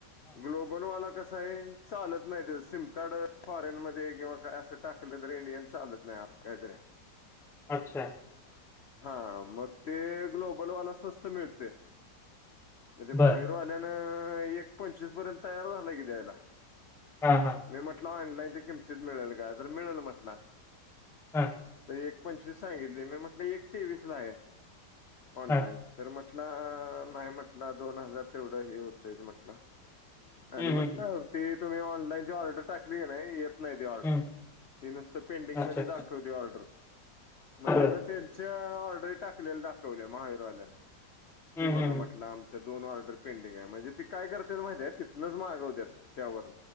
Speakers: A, on the left; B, in the centre.
A: ग्लोबल कसय चालत नाही सिम कार्ड फॉरेन मध्ये किंवा अस टाकलं इंडियन चाल नाही
B: अच्छा
A: हा मग ते ग्लोबलवाला स्वस्त मिळते म्हणजे
B: बरं.
A: महावीर वाल्यान एक पंचवीस पर्यंत तयार झालाय कि द्यायला
B: हां, हां.
A: मी म्हटलं ऑनलाईनच्या किमतीत मिळेल का तर मिळेल म्हटलं
B: हा
A: एक पंचवीस सांगितली मी म्हटलं एक तेवीस ला आहे ऑनलाईन
B: हां.
A: तर म्हटलं नाही म्हटलं दोन हजार तेवढं हे होतय म्हटलं आणि
B: हं,
A: म्हटलं
B: हं, हं.
A: ती तुम्ही ऑनलाईनची ऑर्डर टाकली नाही नाही त ऑर्डर
B: हं.
A: ती नुसत पेंटिंग
B: अच्छा.
A: मध्ये दाखवते ऑर्डर मग
B: बरं.
A: त्याने त्यांच्या ऑर्डर टाकलेल्या दाखवल्या महावीरवाल्याने
B: हं,
A: हे
B: हं,
A: बघा म्हटलं
B: हं.
A: दोन ऑर्डर पेंडिंग आहे म्हणजे ती काय करतात माहिती तेथून मागवतात त्यावर